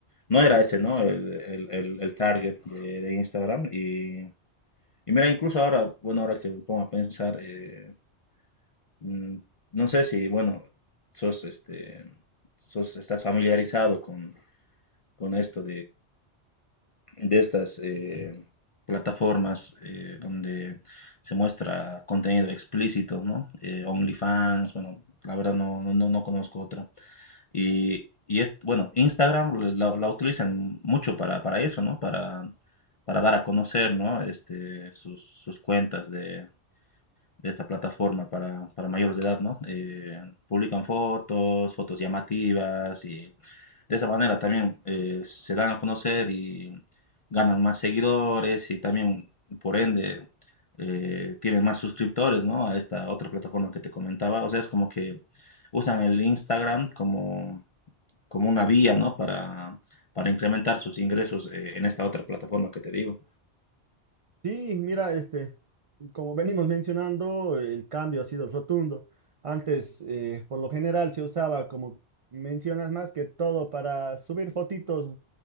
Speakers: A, on the left (about 50°); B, on the right (about 60°).
A: no era ese, ¿no? El, el- el- el target de, de Instagram. Y, y mira, incluso ahora, bueno, ahora que me pongo a pensar, eh, mm, no sé si, bueno, sos, este, sos, estás familiarizado con, con esto de estas eh, plataformas eh, donde se muestra contenido explícito, ¿no? Eh, OnlyFans, bueno, la verdad no, no, no no conozco otra. Y, y es, bueno, Instagram la, la utilizan mucho para, para eso, ¿no? Para, para dar a conocer, ¿no? Este, sus, sus cuentas de, de esta plataforma para, para mayores de edad, ¿no? Eh, publican fotos, fotos llamativas y de esa manera también eh, se dan a conocer y ganan más seguidores y también, por ende, eh, tienen más suscriptores, ¿no? A esta otra plataforma que te comentaba. O sea, es como que usan el Instagram como, como una vía, ¿no? Para, para incrementar sus ingresos eh, en esta otra plataforma que te digo.
B: Sí, mira, este, como venimos mencionando, el cambio ha sido rotundo. Antes, eh, por lo general, se usaba, como mencionas, más que todo para subir fotitos,